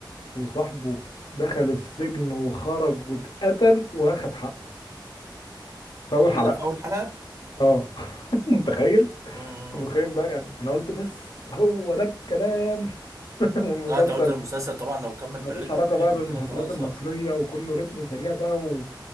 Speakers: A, on the left (about 75°); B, on the right (about 40°).
A: وصاحبه دخل السجن وخرج واتقتل واخد حقه في اول
B: كل
A: حلقه
B: ده في اول حلقة
A: اه <laughs> متخيل
B: مم.
A: ومتخيل بقى يعني انا قلت بس هو ده الكلام <laughs> والمسلسل
B: لا انت قلت المسلسل طبعا لو كمل بالريتم
A: ملوش علاقه
B: قريب
A: بقى بالمسلسلات
B: من كده خلاص
A: المصريه
B: اه
A: وكله رتم سريع بقى و...